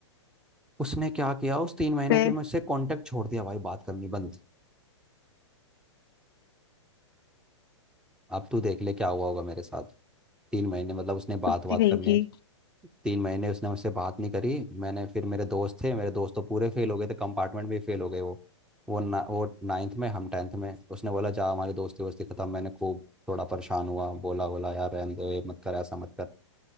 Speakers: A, in the centre; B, on the left.
A: उसने क्या किया उस तीन महीने
B: फिर
A: फिर मुझसे कांटेक्ट छोड़ दिया भाई बात करनी बंद अब तू देख ले क्या हुआ होगा मेरे साथ तीन महीने मतलब उसने बात
B: कुत्ती
A: बात
B: कहीं
A: करने
B: की
A: तीन महीने उसने मुझसे बात नहीं करी मैंने फिर मेरे दोस्त थे मेरे दोस्त तो पूरे फेल हो गए थे कंपार्टमेंट भी फेल हो गए वो वो ना वो नाइन्थ में हम टेंथ में उसने बोला जा हमारी दोस्ती वोस्ती खत्म मैंने खूब थोड़ा परेशान हुआ बोला बोला यार रहने दो ये मत कर ऐसा मत कर